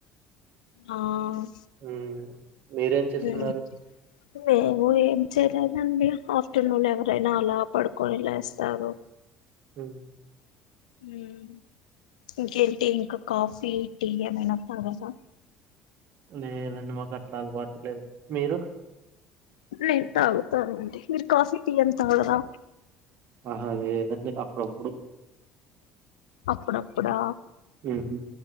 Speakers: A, on the left (about 85°); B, on the right (about 60°).
A: ఆ మ్
B: ఉమ్, మీరేం చేస్తున్నారు
A: నేన్ ఎ సరేనండి ఆఫ్టర్నూన్ ఎవరైనా అలా పడుకొని లేస్తారు
B: మ్
A: మ్ ఇంకేటీ ఇంకా కాఫీ టీ ఏమైనా తగాలా
B: లేదండి మాకు అట్లా అలవాటు లేదు మీరు
A: నేను తాగుతానండి మీరు కాఫీ టీ ఏం తాగరా
B: అదేదంటే అప్పుడప్పుడు
A: అప్పుడు అప్పుడా
B: మ్ హు